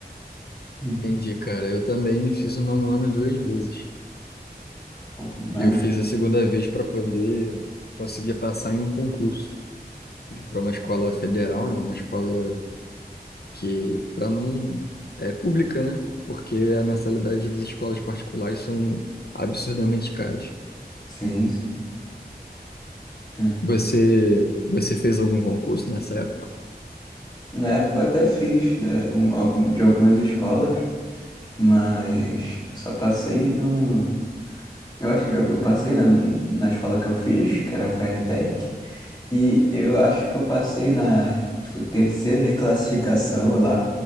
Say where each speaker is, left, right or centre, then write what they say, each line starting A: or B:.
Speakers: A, on the left; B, on the left.
A: Hum,
B: entendi, cara. Eu também fiz o nono ano duas vezes.
A: pô, Maneiro.
B: Eu fiz a segunda vez para poder conseguir passar em um concurso para uma escola federal, né? Uma escola que para não é pública, né? Porque a mensalidade das escolas particulares são absurdamente caras.
A: Sim, sim. é.
B: Você você fez algum concurso nessa época?
A: Na época eu até fiz né, algum- algum- de algumas escolas, mas só passei no. Eu acho que eu passei na, na escola que eu fiz, que era a FATEC. E eu acho que eu passei na, tipo, terceira reclassificação lá,